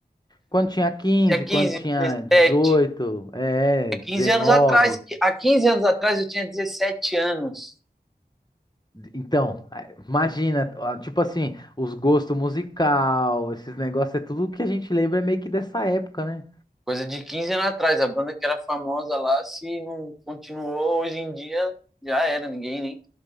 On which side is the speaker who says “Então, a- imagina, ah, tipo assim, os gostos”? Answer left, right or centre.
Left